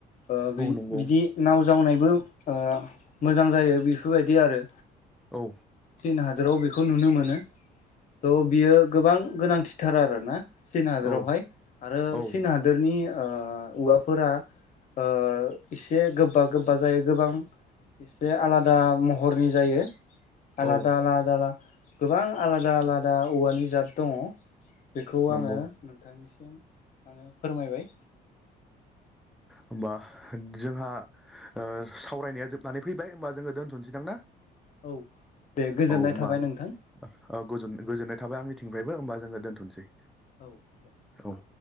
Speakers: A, on the left (about 50°); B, in the centre.
A: ओ बि-बिदि
B: औ नंगौ
A: नाव जावनायबो ओ मोजां जायो बेफोरबायदि आरो।
B: औ।
A: सिन हादोराव बेखौ नुनो मोनो त' बियो गोबां गोनांथिथार आरोना सिन हादोरावहाय
B: औ
A: आरो
B: औ
A: सिन हादोरनि ओ उवाफोरा ओ इसे गोब्बा गोब्बा जायो गोबां एसे आलादा महरनि जायो। आलादा
B: औ
A: आलादा गोबां आलादा आलादा औवानि जात दङ। बेखौ
B: नंगौ
A: आङो नोंथांनिसिम आङो फोरमायबाय।
B: होमबा जोंहा ओ सावरायनाया जोबनानै फैबाय होमबा जोङो दोनथ'नोसैदां ना?
A: औ दे गोजोननाय
B: औ होमबा
A: थाबाय नोंथां
B: ओ गोजोन-गोजोननाय थाबाय आंनिथिंफ्रायबो होमबा जोङो दोनथ'नोसै।
A: औ दे।
B: औ